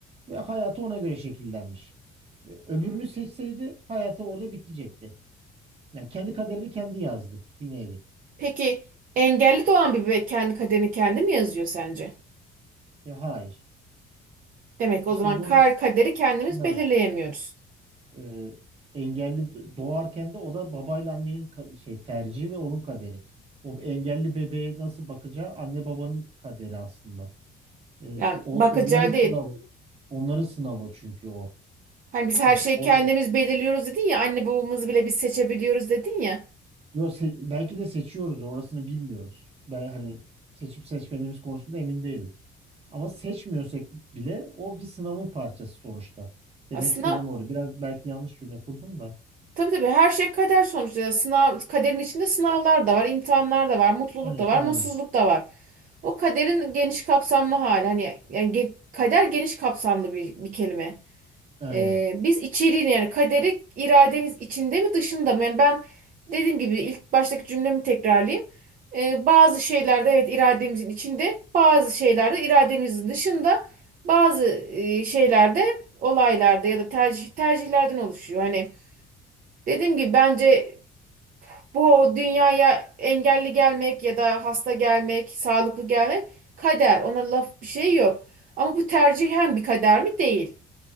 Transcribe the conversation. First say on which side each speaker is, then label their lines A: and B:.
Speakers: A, on the right; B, on the right.
A: Ve hayatı ona göre şekillenmiş. E, Öbürünü seçseydi hayatı orada bitecekti. Yani kendi kaderini kendi yazdı bir nevi.
B: Peki engelli doğan bir bebek kendi kaderini kendi mi yazıyor sence?
A: E, hayır.
B: Demek o
A: İşte
B: zaman
A: o da
B: kar
A: onun
B: kaderi kendimiz
A: sınavı.
B: belirleyemiyoruz.
A: E, engelli doğarken de o da babayla annenin ka- şey tercihi ve onun kaderi. O engelli bebeğe nasıl bakacağı anne babanın kaderi aslında. E,
B: Yani
A: o,
B: bakacağı
A: onların sınavı.
B: değil.
A: Onların sınavı çünkü o.
B: Hani biz her
A: Mesela
B: şeyi
A: orada
B: kendimiz belirliyoruz dedin ya anne babamızı bile biz seçebiliyoruz dedin ya.
A: Yo, se- belki de seçiyoruz da orasını bilmiyoruz. Ben hani seçip seçmediğimiz konusunda emin değilim. Ama seçmiyorsak bile o bir sınavın parçası sonuçta. Demek
B: Aslında
A: istediğim orada. Biraz belki yanlış cümle kurdum da.
B: Tabii tabii her şey kader sonuçta. Yani Sınav, kaderin içinde sınavlar da var, imtihanlar da var, mutluluk
A: Ay-
B: da var,
A: Aynen,
B: mutsuzluk da var. O kaderin geniş kapsamlı hali. Hani yani ge- kader geniş kapsamlı bir, bir kelime.
A: aynen,
B: Ee, biz içeriğini yani kaderi irademiz içinde mi dışında mı? Yani ben dediğim gibi ilk baştaki cümlemi tekrarlayayım. Ee, bazı şeylerde evet irademizin içinde, bazı şeylerde irademizin dışında, bazı e, şeylerde olaylarda ya da tercih tercihlerden oluşuyor. Hani Dediğim gibi bence bu dünyaya engelli gelmek ya da hasta gelmek, sağlıklı gelmek kader. Ona laf bir şey yok. Ama bu tercihen bir kader mi? Değil.